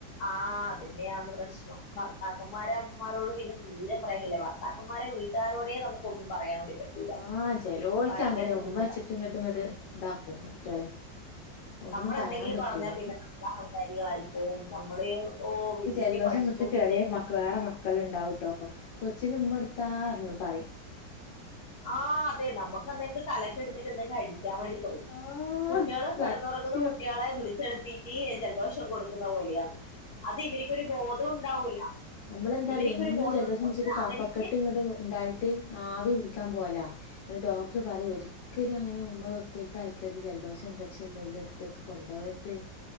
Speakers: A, on the left (about 55°); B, on the left (about 85°).
A: ആഹ അതിന്നെയാണ് പ്രശ്നം ഭർത്താക്കന്മാരമ്മമാരോട് പിന്നെ തീരെ പറയില്ല ഭർത്താക്കമാരെ വീട്ടാരോടെ നമുക്കൊന്നും പറയാൻ വേണ്ടി പറ്റൂല
B: ആഹ ചെലോളക്ക്
A: ഭയങ്കര
B: അങ്ങനെ
A: ബുദ്ധിമുട്ടാണ്
B: ഉമ്മ വെച്ചിട്ടും അങ്ങട്ടും ഇങ്ങട്ടും ഇതാക്കും കുട്ടികളെ ഒന്നും
A: നമ്മൾ
B: പറയാൻ
A: എന്തെങ്കിലും
B: പറ്റൂല
A: പറഞ്ഞാൽ പിന്നെ നമ്മൾ അഹങ്കാരികളായിപ്പോവും നമ്മള് ഓ വലിയ
B: ജലദോഷം
A: പഠിപ്പും
B: വിട്ട് ചെറിയ
A: വിദ്യാഭ്യാസം
B: മക്കള് വേറെ മക്കള ഉണ്ടാവട്ടോ കൊച്ചിനുമ്മ കൊടുത്താടന്ന് പറയും
A: ആഹ് അതെ നമുക്ക് അന്നേരത്ത് തലക്ക് എടുത്തിട്ട് എന്തെങ്കും അടി ാൻ വേണ്ടിറ്റെ തോന്നും
B: ആഹ്
A: കുട്ടികള്
B: സത്യം
A: കടന്നുറക്കുന്ന കുട്ടികളെ വിളിച്ചെഴു സ്ഥിതീ ജലദോഷം കൊടുക്കുന്ന പോലെയാണ് അത് ഇവരിക്കൊരു ബോധം ഉണ്ടാവൂല
B: നമ്മളെന്താറിയ
A: ഇവർക്കൊരു
B: എന്ന്
A: ബോധം
B: ജലദോഷം പിടിച്ചിട്ടു
A: ഒന്ന്
B: കഫക്കെട്ട്
A: അവർക്ക്
B: ഇങ്ങത്തെ ഉണ്ടായിട്ട് ആവി പിടി ക്കാമ്പോല. ങ്ങട്ട് ഡോക്ടർ പറയും ഒരിക്കലും അങ്ങനെ ഉമ്മ വെക്കെക്ക് അയ്ക്കര്ത് ജൽദോഷം ഇൻഫെക്ഷൻല്ലോല് ട്ത്തേക്ക് കൊണ്ടോകര്ത്.